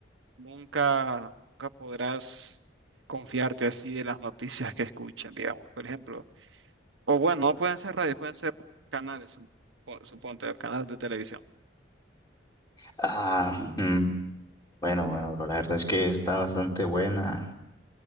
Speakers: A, on the right (about 65°); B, on the left (about 20°).
A: nunca, nunca podrás confiarte así de las noticias que escuchan, digamos, por ejemplo. O bueno, no pueden ser radios, pueden ser canales, supo- suponte, canales de televisión.
B: Ah, mm, bueno, bueno, bro. La verdad es que está bastante buena.